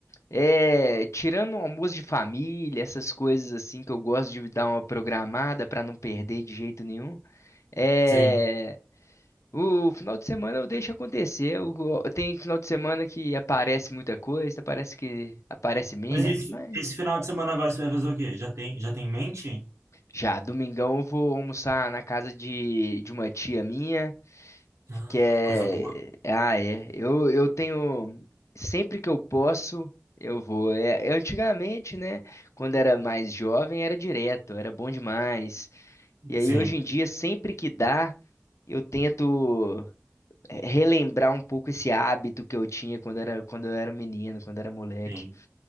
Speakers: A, on the left; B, on the right.
A: É, tirando o almoço de família, essas coisas assim que eu gosto de dar uma programada pra não perder de jeito nenhum. É,
B: sim.
A: o final de semana eu deixo acontecer. Eu go- tem final de semana que aparece muita coisa, parece que aparece menos,
B: Mas esse,
A: mas
B: esse final de semana agora você vai fazer o quê? Já tem, já tem em mente?
A: já domingão eu vou almoçar na casa de, de uma tia minha.
B: Ah,
A: Que é.
B: coisa boa.
A: Ah, é. Eu, eu tenho. Sempre que eu posso, eu vou. É, é, antigamente, né? Quando era mais jovem, era direto, era bom demais. E aí,
B: Sim,
A: hoje em dia, sempre que dá, eu tento é, relembrar um pouco esse hábito que eu tinha quando era, quando eu era menino, quando era moleque.
B: sim,